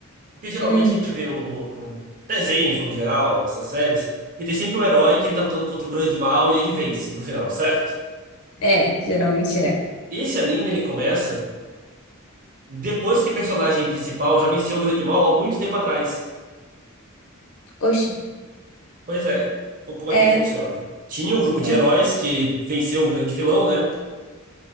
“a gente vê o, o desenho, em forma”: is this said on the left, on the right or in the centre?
Right